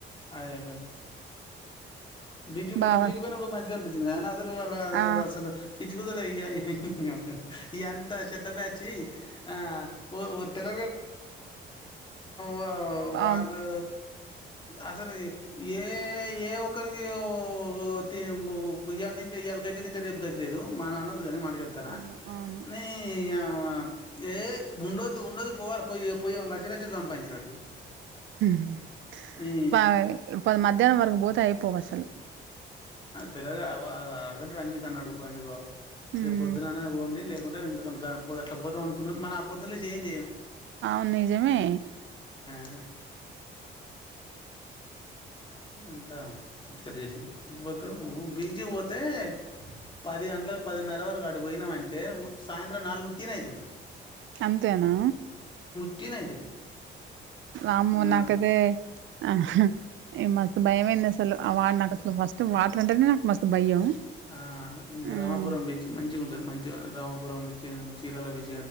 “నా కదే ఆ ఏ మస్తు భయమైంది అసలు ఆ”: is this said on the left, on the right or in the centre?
Right